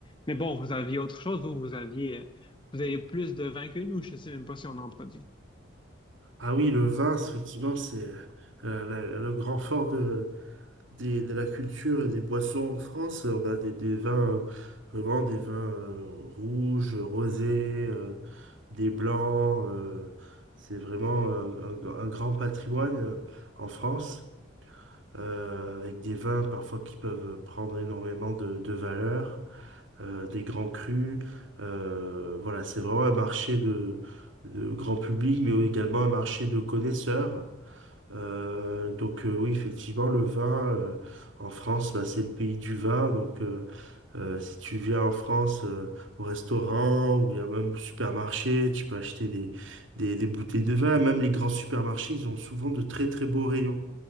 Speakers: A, on the left; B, on the right.
A: Mais bon, vous aviez autre chose, vous, vous aviez, euh, vous avez plus de vin que nous, je sais même pas si on en produit.
B: Ah oui, le vin, c'est- effectivement, c'est euh, la- le grand fort de, des- de la culture et des boissons en France. On a des, des vins, euh, vraiment des vins euh, rouges, rosés, euh, des blancs. euh, c'est vraiment un, un- un grand patrimoine euh, en France. euh, avec des vins parfois qui peuvent prendre énormément de, de valeur, euh, des grands crus. Euh, voilà, c'est vraiment un marché de, de grand public, mais également un marché de connaisseurs. Euh, donc euh, oui, effectivement, le vin euh, en France, bah, c'est le pays du vin. Donc euh, euh, si tu viens en France euh, au restaurant ou bien même au supermarché, tu peux acheter des, des, des bouteilles de vin. Même les grands supermarchés, ils ont souvent de très très beaux rayons